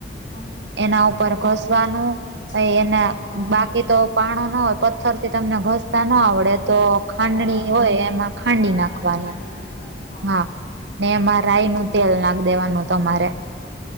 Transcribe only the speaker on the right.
એના ઉપર
ઘસવાનું
પ એના
બાકી એ તો પાણો ના હોય પથ્થર થી તમને ઘસતા ના આવડે તો ખાંડડી
હોય એમાં ખાંડી
નાખવાનું
હા ને એમાં રાય
નુ તેલ નાખ દેવાનું તમારે.